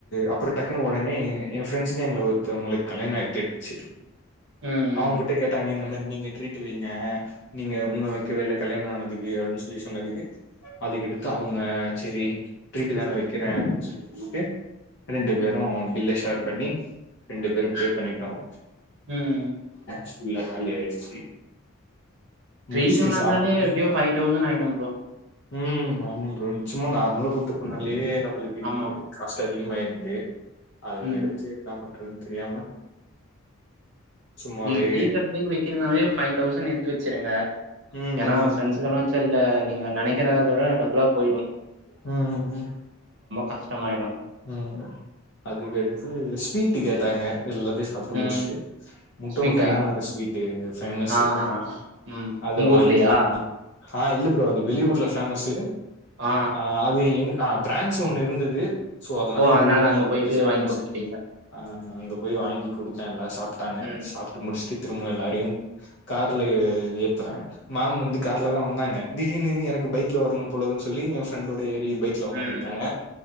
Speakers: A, on the left; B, on the right.
A: அப்புறம் டக்குன் உடனே என் ஃரெண்ட்ஸு கேங்ல ஒருத்தவங்களுக்கு கல்யாணம் ஆயிட்டடுச்சு
B: ம் ம்
A: அவாங்ககிட்ட கேட்டாங்க இந்த மாரி நீங்க ட்ரீட்டு் வைங்க நீங்க இன்னும் வைக்கவேஇல்லை கல்யாணம் ஆனதுக்கு அப்படின்னு சொல்லி சொன்னதுக்கு அதுக்கடுத்து அவங்க சரி ட்ரீட்டு தானே வைக்கிறேன் அப்படின்னு சொல்லி சொல்லிட்டு ரெண்டு பேரும் பில்லலை ஷேர் பண்ணி ரெண்டு பேரும் பே பண்ணிட்டோம்
B: ம்
A: ஃபுல்லா காலி ஆயிடுச்சு
B: ட்ரீட்
A: முடிச்சுட்டு
B: நடந்தாலே
A: சாப்புட்டு
B: எப்படியோ பைஃவ் தௌசண்ட் ஆயிடும் ஃப்ரோ
A: ம் ஆமா ஃப்ரோ சும்மா நார்மலா கூட்டு போண்ணாலேயே உங்களுக்கு இதுக்கு
B: ஆமா
A: காசு அதிகமாயிருந்து அது
B: ம்
A: எடுத்து என்ன பண்றது தெரியாம சும்மாவே
B: நீங்க ட்ரீட் அப்டி வைக்ற நாளே ஃபைவ் தௌசண்ட் எடுத்து வச்சிருங்க
A: ம்
B: ஏன்னா
A: ம்
B: ஃப்ரெண்ட்ஸ்களா வச்சு <unintelligible> ல்ல நீங்க நினைக்கிறத விட டபுளா போயிடும்
A: உஹம்
B: கஷ்டமாயிடு
A: உம் அதுக்கடிச்சு ஸ்வீட்டு கேட்டாங்க எல்லாத்தையும் சாப்டு
B: ம்
A: முடிச்சுட்டு முட்ட
B: ஸ்வீட்டா
A: முட்டாய்னு ஒரு ஸ்வீட்டு ஃபேமஸ்ஸு
B: ஆஹா ம்
A: அத
B: உங்க ஊர்லயா
A: வாங்கி அ இல்ல ப்ரோ அது வெளியூர்ல ஃபேமஸு
B: ஆ
A: அ அது எங்க ஆ பிரான்ச் ஒண்ணு இருந்துது சோ அதனால
B: ஓ
A: எங்க ஊர்லியு
B: அங்க
A: அது
B: போயிட்டு
A: கொஞ்சோ ஃபேமஸு
B: வாங்கி குடுத்துட்டீங்க
A: அ அங்க போய் வாங்கி கொடுத்தே எல்லா சாப்ட்டாங்க
B: ம்
A: சாப்ட்டு முடிஷ்ட்டு திரும்ப எல்லாரையு கார்ல எ-ஏத்துறே மாம் வந்து கார்ல தா வந்தாங்க திடீனு எனக்கு பைக்ல வரணு போலதுன் சொல்லி ஃப்ரெண்டோட ஏ றி பைக்ல உக்காந்துக்கிட்டாங்க
B: ம்